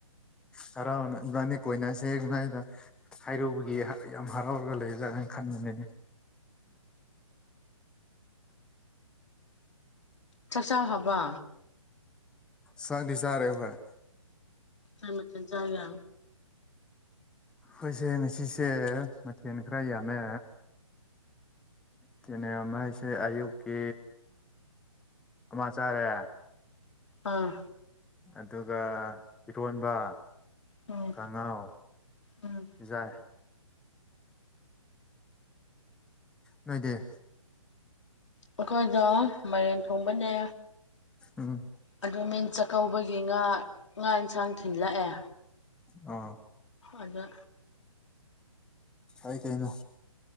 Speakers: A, in the centre; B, on the left.
A: ꯈꯔꯥꯎ ꯏꯕꯥꯅꯤ ꯀꯣꯏꯅꯁꯦ ꯃꯥꯏꯗ ꯍꯥꯏꯔꯨꯕꯒꯤ ꯌꯥꯝ ꯍꯔꯥꯎꯔꯒ ꯂꯩꯖꯥ ꯍꯥꯏꯅ ꯈꯟꯕꯅꯤꯅꯦ
B: ꯆꯥꯛꯆꯥꯥꯛ ꯍꯥꯕ
A: ꯁꯛꯗꯤ ꯆꯥꯔꯣ ꯍꯥꯏꯣꯏ
B: ꯥꯏ ꯃ ꯆꯖꯒꯦ
A: ꯑꯩꯈꯣꯏꯁꯦ ꯉꯁꯤꯁꯦ ꯃꯊꯦꯜ ꯈꯔ ꯌꯥꯝꯃꯦ ꯀꯦꯅꯦꯃꯩꯁꯦ ꯑꯌꯨꯛꯀꯤ ꯑꯃ ꯆꯥꯔꯦ
B: ꯑꯥ
A: ꯑꯗꯨꯒ ꯏꯔꯣꯟꯕ
B: ꯎꯝ
A: ꯈꯉꯥꯎ
B: ꯎꯝ
A: ꯌꯥꯏ ꯅꯣꯏꯗ
B: ꯑꯩꯈꯣꯏꯗ ꯃꯔꯦꯟ ꯊꯣꯡꯕꯅꯦ
A: ꯎꯝ
B: ꯑꯗꯨ ꯃꯤꯟ ꯆꯥꯛꯀꯧꯕꯒꯤ ꯉꯥ ꯉꯥ ꯑꯦꯟꯁꯥꯡ ꯊꯤꯟꯜꯂꯛꯑꯦ
A: ꯑ
B: ꯑꯗ
A: ꯑꯥꯏꯇꯅꯣ